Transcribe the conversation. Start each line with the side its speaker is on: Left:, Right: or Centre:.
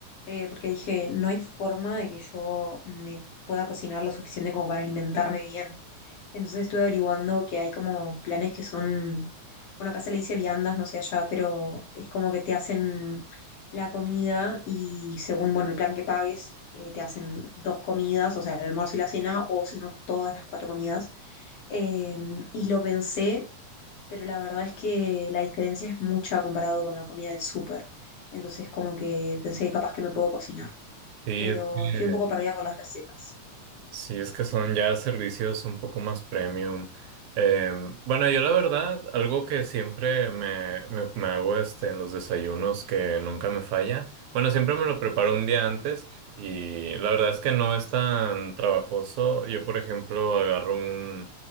Left: eh, porque dije, no hay forma de que yo me pueda cocinar lo suficiente como para alimentarme bien. Entonces estuve averiguando que hay como planes que son, bueno, acá se le dice viandas, no sé allá, pero es como que te hacen la comida y según, bueno, el plan que pagues, eh, te hacen dos comidas, o sea, el almuerzo y la cena, o si no, todas las cuatro comidas. Eh, y lo pensé, pero la verdad es que la diferencia es mucha comparado con la comida del súper. Entonces como que pensé que capaz que me puedo cocinar,
Right: Sí,
Left: pero
Right: es que
Left: estoy un poco perdida con las recetas.
Right: Sí, es que son ya servicios un poco más premium. Eh, bueno, yo la verdad, algo que siempre me, me, me hago este, en los desayunos que nunca me falla. Bueno, siempre me lo preparo un día antes y la verdad es que no es tan trabajoso. Yo, por ejemplo, agarro un,